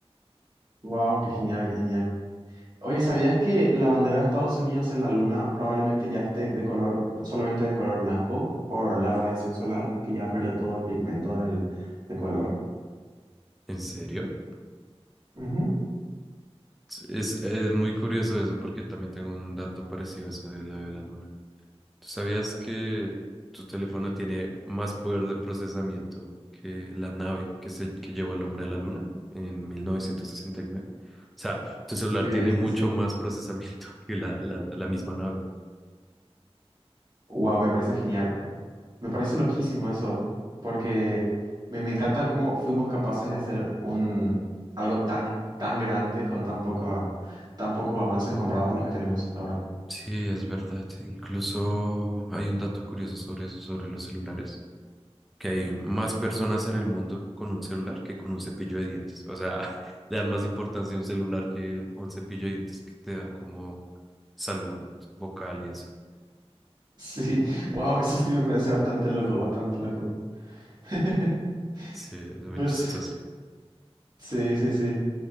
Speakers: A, on the right; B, in the centre.
A: Wow, qué genial, qué genial. Oye, ¿sabías que la bandera de Estados Unidos en la Luna probablemente ya esté de color, solamente de color blanco por la radiación solar, que ya perdió todo el pigmento en el, de color?
B: ¿En serio?
A: Ujú.
B: Es, es muy curioso eso porque también tengo un dato parecido a eso de lo de la luna. ¿Tú sabías que tu teléfono tiene más poder de procesamiento que la nave que, se, que llevó al hombre a la luna en mil novecientos sesenta y nueve. O sea, tu celular
A: Sí,
B: tiene
A: sí,
B: mucho
A: sí.
B: más procesamiento <laughs> que la, la, la misma nave.
A: Wow, me parece genial. Me parece loquísimo eso, porque me, me encanta cómo fuimos capaces de hacer un, algo tan, tan grande con tan poco tan pocos avances comparados a los que tenemos ahora.
B: Sí, es verdad. Incluso hay un dato curioso sobre eso, sobre los celulares, que hay más personas en el mundo con un celular que con un cepillo de dientes. O sea, <laughs> le dan más importancia a un celular que a un cepillo de dientes que te da como salud vocal y eso.
A: Sí, <laughs> wow, eso sí me parece bastante loco, bastante loco. <laughs>
B: Sí, es muy
A: Pues,
B: chistoso.
A: sí, sí, sí.